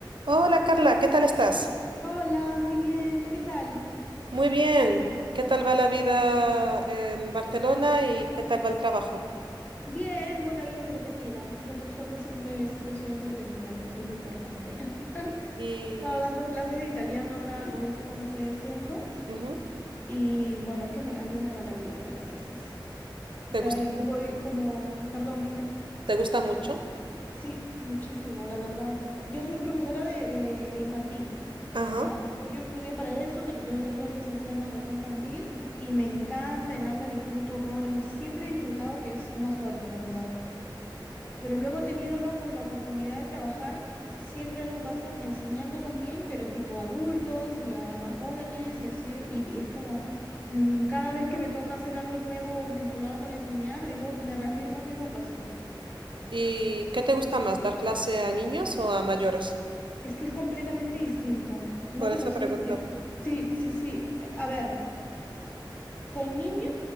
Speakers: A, on the right; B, on the left.
A: Hola Carla, ¿qué tal estás?
B: Hola, muy bien. ¿Tú qué tal?
A: Muy bien. ¿Qué tal va la vida en Barcelona y qué tal va el trabajo?
B: Bien, bueno, ahí entretenida. Yo por suerte siempre, siempre soy entretenida, que eso es lo importante. <laughs>
A: Y
B: Estaba dando clases de italiano ahora, lo último que estoy haciendo.
A: ujú,
B: Y bueno, es que me- a mí me da la vida dar clases.
A: ¿Te
B: Cada,
A: gusta,
B: yo voy como, perdón, dime.
A: te gusta mucho?
B: Sí, muchísimo, la verdad. Yo soy profesora de, de, de infantil,
A: Ajá.
B: ¿ya? Yo, yo estudié para eso, te- yo soy licenciada en educación infantil y me encanta, en aula disfruto horrores, siempre he disfrutado, que es una suerte, la verdad. pero luego he tenido la, ocu- la oportunidad de trabajar siempre en educación, enseñando también, pero tipo a adultos y a más jóvenes y así, y, y es como mm, cada vez que me toca hacer algo nuevo vinculado con enseñar, digo, me reafirmo en mi vocación.
A: ¿Y qué te gusta más, dar clase a niños o a mayores?
B: Es que es completamente distinto, no
A: Por
B: te
A: eso
B: lo sé
A: pregunto.
B: decir. Sí, sí, sí. Eh, A ver, con niños,